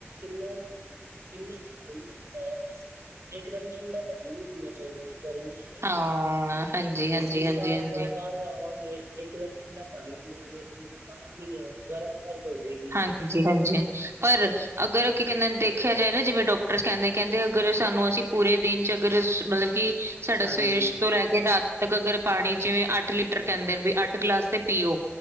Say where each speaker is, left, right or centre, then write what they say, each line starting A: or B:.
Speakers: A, on the right (about 90°); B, on the right (about 70°).
A: ਇਨਾ, ਇਹਨਾਂ ਦੇ ਹੋ ਹੀ ਜਾਂਦਾ। ਬਸ ਇੱਕਦਮ ਠੰਡਾ ਪਾਣੀ ਨਹੀਂ ਪੀਣਾ ਚਾਹੀਦਾ ਨਾ ਗਰਮੀਆਂ ਨੇ
B: ਹਾਂ, ਹਾਂਜੀ-ਹਾਂਜੀ-ਹਾਂਜੀ-ਹਾਂਜੀ।
A: ਅਸੀਂ ਸਾਬ-ਸਾਬ ਬਾਹਰੋਂ ਆਵਾਂਗੇ ਇਕ ਦਮ ਠੰਡਾ ਪਾਨੀ ਪੀਵਾਂਗੇ ਤੇ ਨੁਕਸਾਨ ਈ ਆ ਗਰਮ ਸਰਦ ਹੋਜੇਗੀ।
B: ਹਾਂਜੀ-ਹਾਂਜੀ ਪਰ ਅਗਰ ਕੀ ਕੈਂਦੇ ਦੇਖਿਆ ਜਾਏ ਨਾ ਜਿਵੇਂ ਡਾਕਟਰ ਕੈਂਦੇ, ਕੈਂਦੇ ਅਗਰ ਸਾਨੂੰ ਅਸੀਂ ਪੂਰੇ ਦਿਨ 'ਚ ਅਗਰ ਮਤਲਬ ਕਿ ਸਾਡਾ
A: ਹਾਂਜੀ
B: ਸਵੇਰ ਤੋ ਲੈ ਕੇ ਰਾਤ ਤੱਕ ਅਗਰ ਪਾਣੀ ਜਿਵੇ ਅੱਠ ਲੀਟਰ ਕੈਂਦੇਨ ਵੀ ਅੱਠ ਗਿਲਾਸ ਤੇ ਪੀਓ।